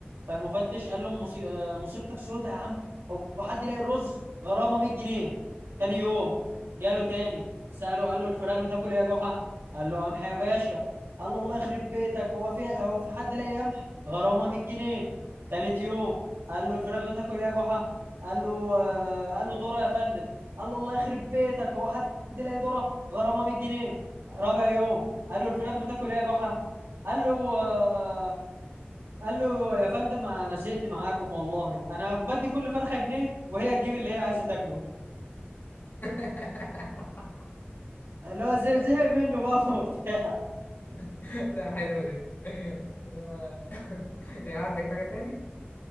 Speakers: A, on the right; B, on the left.
A: فالمفتش قال له مصي- آه، مصيبتك سودة يا عم هو حد يلاقي الرز غرامة 100 جنيه تاني يوم جاله تاني سأله قال له الفراخ بتاكل ايه يا جحا قال له قمح يا باشا قال له الله يخرب بيتك هو في هو في حد لاقي قمح غرامة 100 جنيه تالت يوم قال له الفراخ بتاكل ايه يا جحا قال له آه، قال له ذره يا فندم قال له الله يخرب بيتك هو حد يلاقي ذره غرامه 100 جنيه رابع يوم قال له الفراخ بتاكل ايه يا جحا قال له آه، قال له يا فندم انا زهقت معاكم والله انا بدي كل فرخه جنيه وهي تجيب اللي هي عايزه تاكله
B: <laughs>
A: اللي هو زي زهق منه بقى <laughs> وبتاع
B: <laughs> لا حلوة دي آه. <laughs> عندك حاجة تاني؟